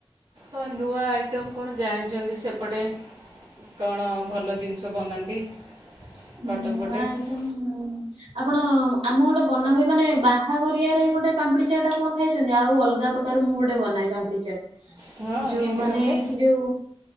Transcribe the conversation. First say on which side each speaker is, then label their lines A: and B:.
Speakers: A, on the right; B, on the right.
A: ହଁ ନୂଆ ଆଇଟମ୍ କଣ ଜାଣିଛନ୍ତି ସେପଟେ? କଣ ଭଲ ଜିନିଷ ବନାନ୍ତି? କଟକ
B: ନୂଆ
A: ପଟେ
B: ଆଇଟମ ଆପଣ ଆମ ଗୋଟେ ବନା ହୁଏ ମାନେ ବାହାଘରିଆରେ ଗୋଟେ ପାମ୍ପୁଡି ଚାଟ ଆପଣ ଖାଇଛନ୍ତି, ଆଉ ଅଲଗା ପ୍ରକାର ମୁଁ ଗୋଟେ ବନାଏ ପାମ୍ପଡି ଚାଟ୍
A: ହଁ
B: ଯୋଉ
A: କେମିତି
B: ମାନେ
A: କହିଲେ?
B: ସେ ଯୋଉ